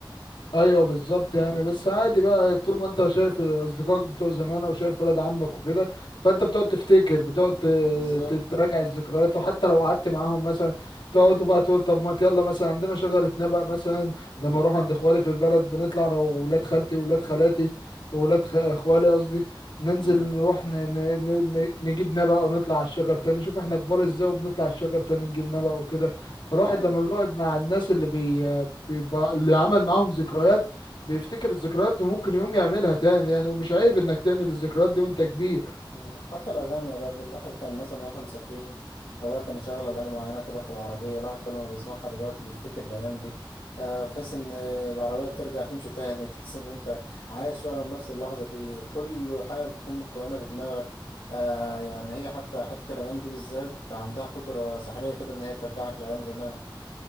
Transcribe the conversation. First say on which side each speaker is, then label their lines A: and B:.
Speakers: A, on the left; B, on the left.
A: ايوه بالظبط يعني بس عادي بقى طول ما انت شايف اصدقائك بتوع زمان او شايف ولاد عمك وكده فانت بتقعد تفتكر بتقعد ت-
B: بالظبط
A: ت- تراجع الذكريات وحتى لو قعدت معاهم مثلا تقعدوا بقى تقول طب ما يلا مثلا عندنا شجرة نبق مثلا
B: مم.
A: لما اروح عند اخوالي في البلد بنطلع انا وولاد خالتي وولاد خالاتي وولاد خ- اخوالي قصدي ننزل
B: مم.
A: نروح ن... ن... ن... ن- نجيب نبق ونطلع على الشجر تاني شوف احنا كبار ازاي وبنطلع على الشجر تاني نجيب نبق وكده فالواحد
B: أيام
A: لما بيقعد مع الناس اللي بي بيبقى اللي عمل معاهم ذكريات بيفتكر الذكريات وممكن يقوم يعملها تاني يعني ومش عيب
B: مم.
A: انك تعمل الذكريات دي وانت كبير
B: مم. حتى الأغاني يا راجل الواحد كان مثلا واحنا مسافرين أبويا كان يشغل أغاني معينة كده في العربية الواحد كل ما بيسمعها دلوقتي بيفتكر الأيام دي آه تحس إن العربية بترجع تمشي تاني تحس إن أنت عايش فعلا نفس اللحظة دي كل حاجة بتكون متكونة في دماغك آه يعني هي حتى حتة الأغاني دي بالذات عندها قدرة سحرية كده إن هي ترجعك لأيام زمان